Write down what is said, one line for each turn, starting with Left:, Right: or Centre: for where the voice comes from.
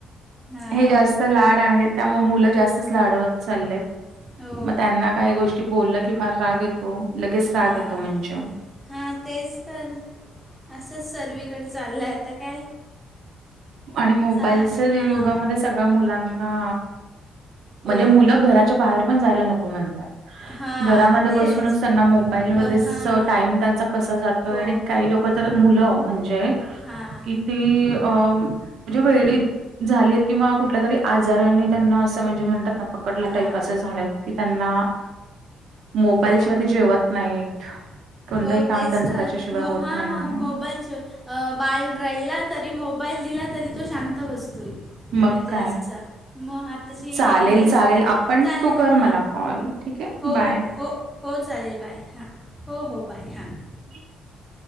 Centre: हां
Right: हे जास्त लाड आहेत. त्यामुळे मुलं जास्तच लाडवत चाललेत.
Centre: हो
Right: मग त्यांना काही गोष्टी बोललं की, फार राग येतो. लगेच राग
Centre: हां
Right: येतो म्हणजे
Centre: हां तेच तर, आसंच सर्वीकडे चाललय आता काय?
Right: आणि मोबाईलच्या
Centre: चा हां
Right: युगामध्ये सगळ मुलांना
Centre: हो
Right: म्हणजे मुलं घराच्या बाहेर पण जायला नको म्हणतात.
Centre: हां
Right: घरामध्ये
Centre: तेच
Right: बसूनच त्यांना मोबाईल
Centre: ब हां
Right: टाईम त्यांचा कसा जातोय
Centre: हो
Right: आणि काही लोक तर मुलं म्हणजे
Centre: हां
Right: कि ती अ म्हणजे वेडी झालीत किंवा कुठल्या तरी आजारानी त्यांना असं म्हणजे म्हणतात पकडलं
Centre: हां
Right: टाईप असं झालंय की, त्यांना मोबाईल
Centre: हो
Right: शिवाय ते जेवत नाहीत. कोणतंही
Centre: हो
Right: काम
Centre: तेच
Right: त्यांचं
Centre: तर,
Right: त्याच्याशिवाय
Centre: म
Right: होत
Centre: हा
Right: नाहीये.
Centre: मोबाईल शिवाय अ बाल रडला तरी मोबाईल दिला तरी, तो शांत बसतोय
Right: मग
Centre: म्हणजे
Right: काय?
Centre: असा. म आताशी
Right: चालेल
Centre: हेच
Right: चालेल
Centre: ते,
Right: आपण
Centre: चालेल.
Right: तू कर
Centre: हा
Right: मला कॉल ठीक आहे
Centre: हो
Right: बाय
Centre: हो. हो चालेल बाय, हां. हो हो बाय हां.
Right: ह <inaudible>